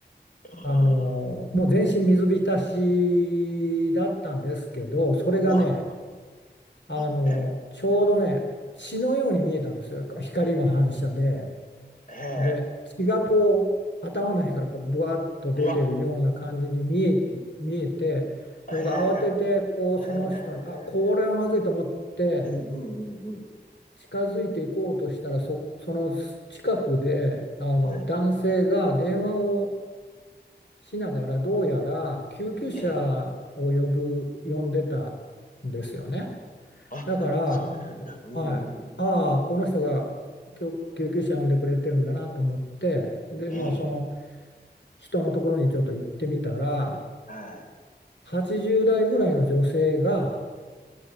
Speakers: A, on the left (about 50°); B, on the left (about 90°).
A: <laughs>
B: あの、もう全身水浸しだったんですけど、
A: うわ、
B: それがね、あの、
A: ええ、
B: ちょうどね、血のように見えたんですよ。光の反射で。
A: ええ
B: で、血がこう、頭の辺からこう、ぶわっと出てるような感じに見え、
A: うわ、
B: 見えて、
A: ええ、
B: で、僕慌てて、こう、
A: ええ、
B: その人に、
A: ええ
B: あ、これはまずいと思って、
A: うんうんうんうん。
B: 近づいていこうとしたら、そ、その近くで、あの、
A: はい。
B: 男性が電話をしながらどうやら救急車を呼ぶ呼んでたんですよね。
A: ええ。あ、
B: だから、
A: そうなんだ。うんうんうん。
B: はい、ああこの人が救救急車呼んでくれてるんだなと思ってで、
A: ええ。
B: まあ、その人のところにちょっと行ってみたら
A: はい。
B: 80代ぐらいの女性が